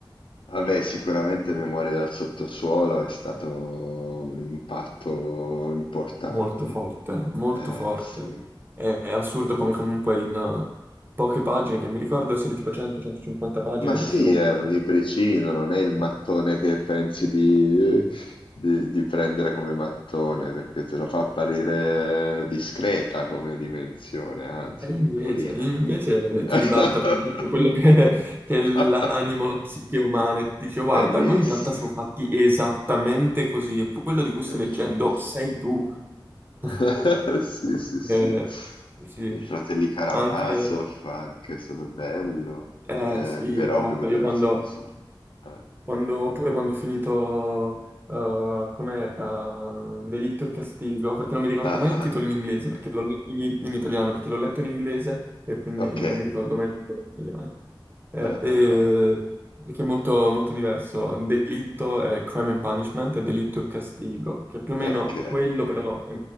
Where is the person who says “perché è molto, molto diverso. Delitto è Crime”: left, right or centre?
Right